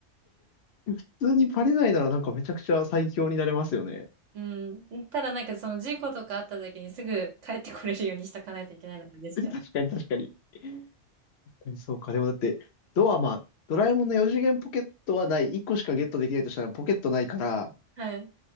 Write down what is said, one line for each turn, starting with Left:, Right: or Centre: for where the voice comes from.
Left: 普通にバレないならなんかめちゃくちゃ最強になれますよね。
Right: うん。ただなんか、その事故とかあった時にすぐ帰ってこれるようにしとかないといけないのがいいんですけど。
Left: <laughs> 確かに確かに。確かにそうか。でもだって、ドアまあ、ドラえもんの4次元ポケットはない。1個しかゲットできないとしたらポケットないから、
Right: はい。